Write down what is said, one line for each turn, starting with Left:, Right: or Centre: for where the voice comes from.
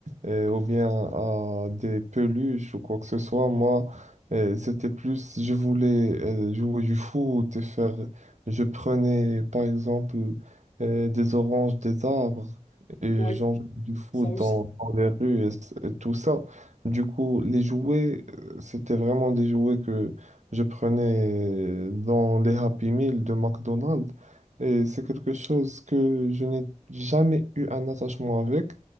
Right: euh, ou bien à des peluches ou quoi que ce soit. Moi, euh, c'était plus, je voulais euh, jouer du foot et faire, je prenais par exemple euh, des oranges, des arbres et
Left: Oui,
Right: j'en jouais du foot
Left: ça aussi.
Right: dans, dans les rues et c- et tout ça. Du coup, les jouets, euh, c'était vraiment des jouets que je prenais dans les Happy Meal de McDonald's et c'est quelque chose que je n'ai jamais eu un attachement avec.